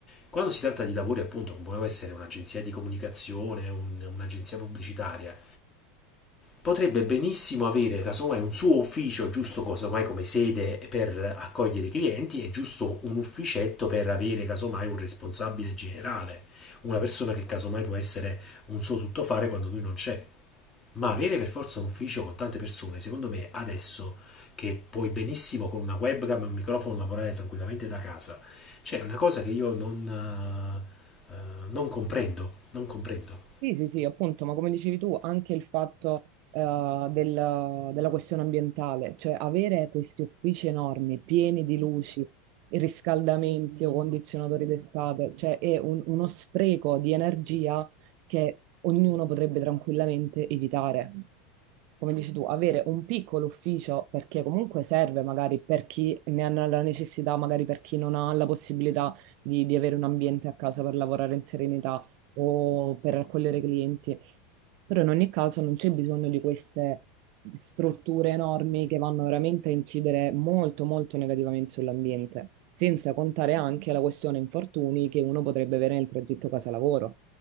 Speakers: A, on the left; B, on the right.
A: quando si tratta di lavori appunto, come può essere un'agenzia di comunicazione, un- un'agenzia pubblicitaria, potrebbe benissimo avere casomai un suo ufficio, giusto casomai come sede per accogliere i clienti e giusto un ufficetto per avere casomai un responsabile generale, una persona che casomai può essere un suo tuttofare quando lui non c'è. Ma avere per forza un ufficio con tante persone, secondo me adesso che puoi benissimo con una webcam e un microfono lavorare tranquillamente da casa, cioè è una cosa che io non, eh, eh, non comprendo, non comprendo.
B: Sì, sì, sì, appunto, ma come dicevi tu, anche il fatto eh, del- della questione ambientale, cioè avere questi uffici enormi, pieni di luci, riscaldamenti o condizionatori d'estate, cioè è un- uno spreco di energia che ognuno potrebbe tranquillamente evitare. Come dici tu, avere un piccolo ufficio perché comunque serve magari per chi ne ha la necessità, magari per chi non ha la possibilità di di avere un ambiente a casa per lavorare in serenità o per raccogliere clienti. Però in ogni caso non c'è bisogno di queste strutture enormi che vanno veramente a incidere molto molto negativamente sull'ambiente, senza contare anche la questione infortuni che uno potrebbe avere nel progetto casa-lavoro,